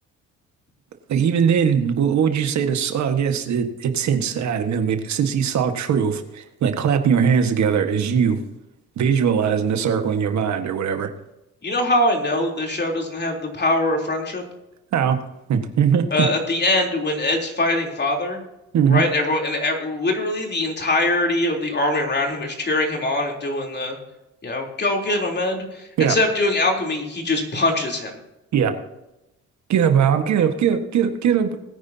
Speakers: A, on the right; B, on the left.
A: like even then, what, what would you say to? S- uh, I guess it, it's inside of him. If, since he saw truth, like clapping your hands together is you visualizing the circle in your mind or whatever.
B: You know how I know this show doesn't have the power of friendship?
A: Oh, <laughs> hmm
B: uh, at the end when Ed's fighting father,
A: hmm
B: right? everyone and ev literally the entirety of the army around him is cheering him on and doing the, you know, go get him, Ed.
A: yeah,
B: Instead of doing alchemy, he just punches him.
A: yeah. Get up, Al. Get up, get up, get up, get up,